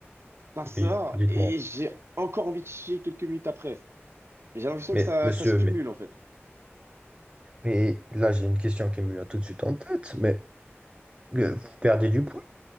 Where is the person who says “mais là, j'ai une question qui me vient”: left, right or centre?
Right